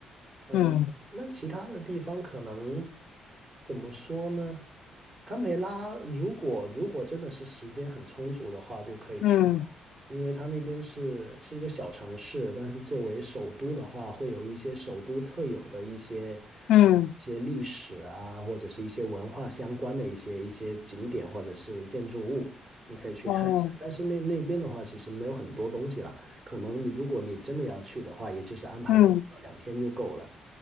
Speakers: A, on the right; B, on the left.
A: 嗯，
B: 嗯
A: 那其他的地方可能怎么说呢？堪培拉如果如果真的是时间很充足的话，就可以去哦，
B: 嗯
A: 因为它那边是是一个小城市，但是作为首都的话，会有一些首都特有的一些啊一些历史啊，
B: 嗯，
A: 或者是一些文化相关的一些一些景点或者是建筑物，你可以去看一下。
B: 哦，
A: 但是那那边的话，其实没有很多东西了，可能你如果你真的要去的话，也就是安排个一到两天就够了。
B: 嗯